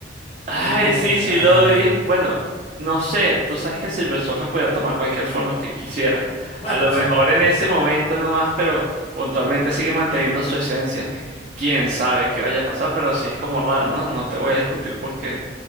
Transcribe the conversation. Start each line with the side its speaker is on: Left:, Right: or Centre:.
Left: Y
Right: Ay,
Left: yo como
Right: sí,
Left: que,
Right: sí
Left: ay,
Right: lo vi. Bueno, no sé, tú sabes que Silver Surfer podía tomar cualquier forma que quisiera.
Left: bueno,
Right: A lo
Left: exacto.
Right: mejor en ese momento nomás, pero puntualmente sigue manteniendo su esencia. Quién sabe qué vaya a pasar, pero sí es como raro, ¿no? No te voy a discutir porque,